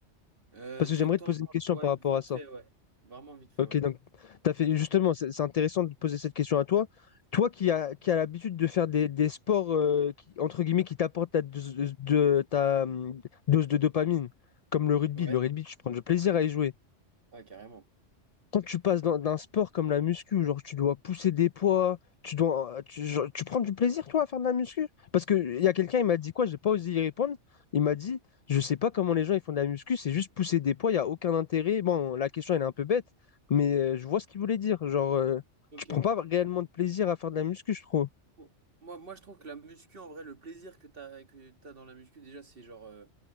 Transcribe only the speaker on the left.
Parce
que j'aimerais
te poser
une question
par rapport
à ça.
Ok,
donc, t'as fait, justement, c'est c'est intéressant de te poser cette question à toi. Toi qui as qui a l'habitude de faire des, des sports, euh, qui, entre guillemets, qui t'apportent ta dose de, ta, hum, dose de dopamine, comme le rugby.
Le rugby, tu prends du plaisir à y jouer.
quand tu passes dans- d'un sport comme la muscu, où genre tu dois pousser des poids, tu dois, euh, tu, genre, tu prends du plaisir toi à faire de la muscu? Parce que il y a quelqu'un, il m'a dit quoi, j'ai pas osé y répondre. Il m'a dit, je sais pas comment les gens ils font de la muscu, c'est juste pousser des poids, il y a aucun intérêt. Bon, la question elle est un peu bête, mais euh, je vois ce qu'il voulait dire. Genre, euh,
tu prends pas réellement de plaisir à faire de la muscu, je trouve.